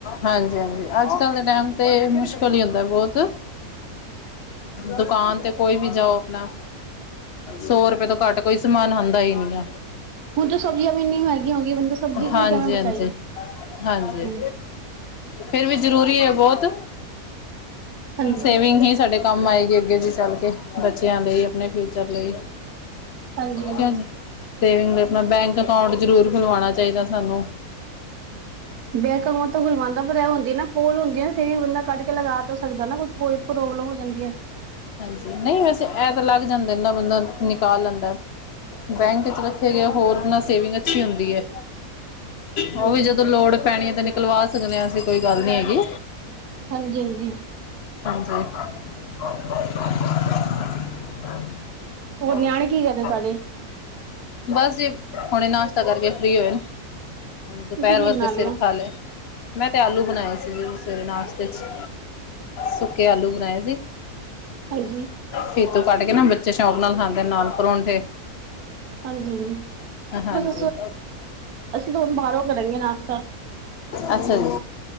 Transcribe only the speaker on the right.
ਹੁਣ ਤਾਂ, ਸਬਜ਼ੀਆਂ ਵੀ, ਇੰਨੀ ਮਹਿੰਗੀਆਂ ਹੋਗੀਆਂ, ਬੰਦਾ ਸਬਜ਼ੀ ਚ
ਕਿਵੇਂ ਬਚਾਈਏ
ਹਮ,
ਹਾਂਜੀ
ਹਾਂਜੀ
ਬਹਿਕਵਾਂ ਤੋਂ ਗੁਲਵਾਉਂਦਾ ਪਰ ਏ, ਹੁੰਦੀ ਨਾ ਕੋਲ ਹੁੰਦੀ। ਸੇਵਿੰਗ, ਬੰਦਾ ਕੱਢ ਕੇ ਲਗਾ ਤਾਂ ਸਕਦਾ ਨਾ। ਕੁਛ, ਕੋਈ ਪ੍ਰੋਬਲਮ ਹੋ, ਜਾਂਦੀ ਹੈ।
ਹਾਂਜੀ
ਹਾਂਜੀ- ਹਾਂਜੀ।
ਹੋਰ ਨਿਆਣੇ ਕੀ ਕਰਦੇ ਤੁਹਾਡੇ
ਤੁਸੀਂ ਕੀ
ਬਣਾ
ਲਿਆ?
ਹਾਂਜੀ
ਹਾਂਜੀ- ਹਾਂਜੀ
ਬਸ
ਅਸੀਂ ਤਾਂ ਹੁਣ ਬਾਹਰੋਂ ਕਰਾਂਗੇ ਨਾਸ਼ਤਾ।